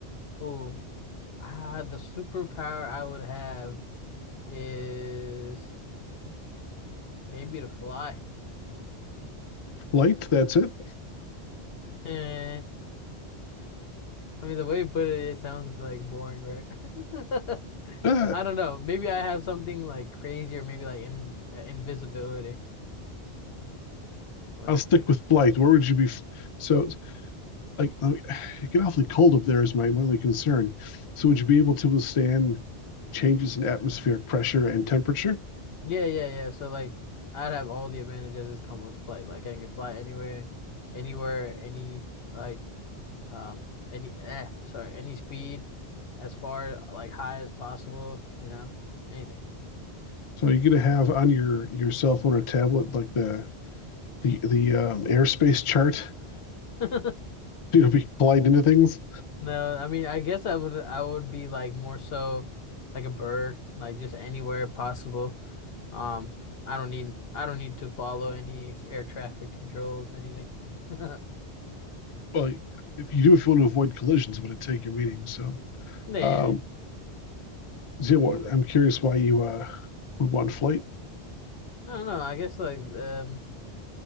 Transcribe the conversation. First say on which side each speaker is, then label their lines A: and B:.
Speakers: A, on the left; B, on the left.
A: ooh, ah, the superpower I would have is maybe to fly.
B: Flight, that's it.
A: Eh. <laughs> I mean, the way you put it, it sounds like boring, right? <laughs>
B: Ah,
A: I don't know. Maybe I have something like crazy, or maybe like in uh, invisibility. Like,
B: I'll stick
A: in,
B: with flight. Where would you be? f- So like <sighs> it get awfully cold up there is my, my only concern. So would you be able to withstand changes in atmospheric pressure and temperature?
A: yeah, yeah, yeah. So like, I'd have all the advantages that come with flight. Like, I can fly anywhere, anywhere, any. like Um, any eh, sorry, any speed as far like high as possible, you know, anything.
B: So you're gonna have on your your cell phone or tablet like the the the um, airspace chart. <laughs>
A: <laughs>
B: You know, be collide into things.
A: No, I mean, I guess I would I would be like more so like a bird, like just anywhere possible. Um, I don't need I don't need to follow any air traffic controls, anything. <laughs>
B: Well, if you do, if you want to avoid collisions, it would take your meeting. So,
A: Yeah,
B: um,
A: yeah.
B: Zia, what- I'm curious why you uh, would want flight.
A: I don't know. I guess like um,